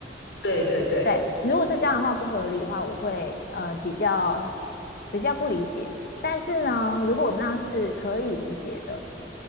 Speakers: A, on the left; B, on the left.
A: 对对对，
B: 对，如果是这样的话不合理的话，我会呃比较比较不理解。但是呢，如果那是可以理解的，